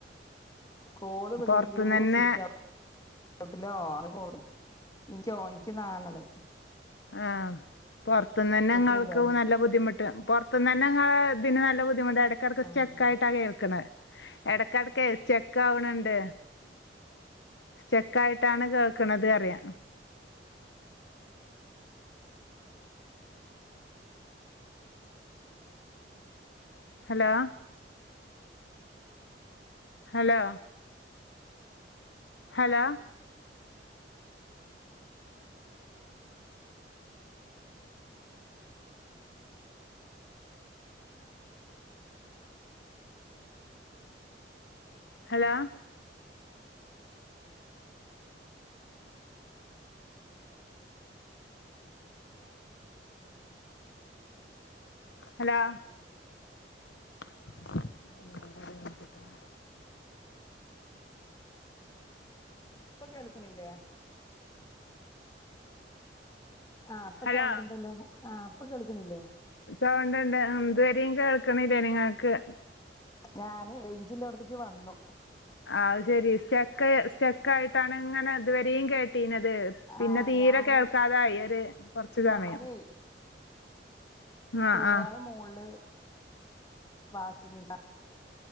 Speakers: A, on the left; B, on the left.
A: കോള് വിളിക്കണെങ്കിലും
B: പൊറത്തുന്ന് തന്നെ
A: <unintelligible> സിറ്റൗ റ്റൗട്ടിലോ <unintelligible> ഇനിക്കോ ഇനിക്ക് നാലാള്
B: ആഹ് പൊർത്തുന്ന് തന്നെ
A: കേൾക്കണില്ലേ
B: നിങ്ങൾക്ക് നല്ല ബുദ്ധിമുട്ട് പൊർ ഇപ്പം തന്നെ ഇങ്ങള് ഇതിന് നല്ല ബുദ്ധിമുട്ടാ എടക്കെടക്ക്
A: ഉം
B: സ്റ്റെക്കായിട്ടാ കേൾക്കണെ എടക്കെടക്കേ സ്റ്റെക്കാവണ്‌ണ്ട് സ്റ്റെക്കായിട്ടാണ് കേൾക്കണത് പറിയാ hello hello hello hello hello <unintelligible>
A: ഇപ്പ കേൾക്കണില്ലേ? ആഹ് ഇപ്പൊ
B: ഹലോ
A: സൗണ്ട്ണ്ടല്ലോ ആഹ് ഇപ്പൊ കേൾക്കണില്ലേ?
B: സൗണ്ട് ഇണ്ട് ഉം ഇതുവരെയും കേൾക്കണില്ലേനി ഇങ്ങൾക്ക്
A: ഞാന് റേയിഞ്ചിള്ളോടത്തേക്ക് വന്നു
B: ആഹ് അത് ശെരി സ്റ്റെക്ക് സ്റ്റെക്ക് ആയിട്ടാണ് ഇങ്ങനെ ഇതുവരെയും കേട്ടീണത് പിന്നെ
A: ആഹ്
B: തീരെ
A: ഞാന്
B: കേൾക്കാതായി ഒര് കൊറച്ചു സമയം
A: ഞാനേ
B: ആ
A: തുണിയാള്
B: ആ
A: മോളില് വാഷിംഗ് മെഷാ